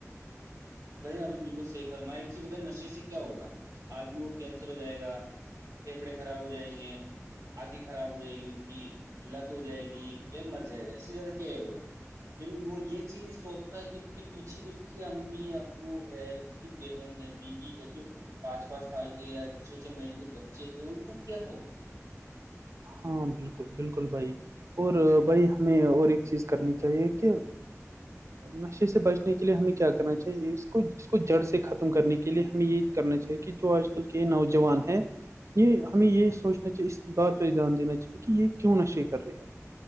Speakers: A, on the right; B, on the right.
A: بھ آپ نے بالکل صحیح فرمائی ایک چیز بتائی نشے سے کیا ہوگا آدمی کو کینسر ہو جائے گا پھیپڑے خراب ہو جائیں گے آنکھیں خراب ہو جائے گی اس کی لت ہو جائے گی یا مر جائے گا اس سے زیادہ کیا ہے ہوگا لیکن وہ یہ چیز نہیں سوچتا کہ اس کے پیچھے جو اس کی امی ا ابو ہے اس کی بہن ہے بیوی ہے جو پانچ پانچ سال کے یا چھ چھ مہینے کے بچے ہیں ان کا کیا ہوگا
B: ہاں بالکل بالکل بھائی اور بھائی ہمیں اور ایک چیز کرنی چاہیے کہ نشے سے بچنے کے لیے ہمیں کیا کرنا چاہیے اس کو اس کو جڑ سے ختم کرنے کے لیے ہمیں یہ کرنا چاہیے کہ جو آج کل کے نوجوان ہیں یہ ہمیں یہ سوچنا چاہیے اس بات پہ دھیان دینا چاہیے کہ یہ کیوں نشے کر رہے ہیں